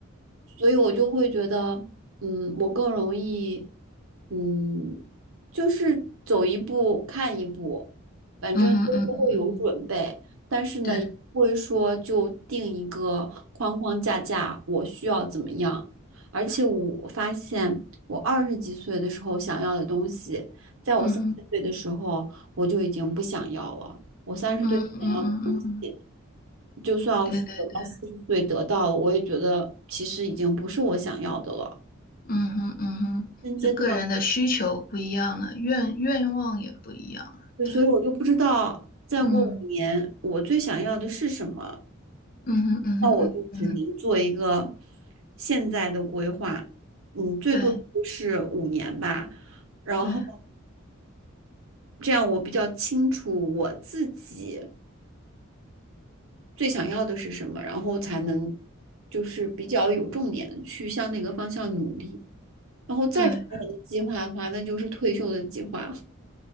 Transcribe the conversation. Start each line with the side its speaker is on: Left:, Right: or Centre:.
Right: 所以我就会觉得，嗯，我更容易，嗯，就是走一步看一步，反正都是会有准备，
Left: 嗯哼嗯嗯嗯哼，
Right: 但是呢，
Left: 对，
Right: 也不会说就定一个框框架架，我需要怎么样。而且我发现，我二十几岁的时候想要的东西，在我三十岁的时候我就已经不想要了。
Left: 嗯哼
Right: 我三十岁想要的东西。
Left: 嗯嗯嗯嗯嗯，
Right: 就算是我到四十岁得到了，
Left: 对对对。
Right: 我也觉得其实已经不是我想要的了。
Left: 嗯哼，嗯哼，
Right: 现阶段，
Left: 就个人的需求不一样了，愿愿望也不一样了。
Right: 对，
Left: 对，
Right: 所以我就不知道再过五年我最想要的是什么。
Left: 嗯，嗯哼，嗯哼，
Right: 那我就只能做一个
Left: 嗯哼，
Right: 现在的规划，嗯，最多就是五年吧。
Left: 对，
Right: 然后
Left: 对，
Right: 这样我比较清楚我自己最想要的是什么，然后才能就是比较有重点的去向那个方向努力。然后再找人的计划的话，
Left: 对。
Right: 那就是退休的计划。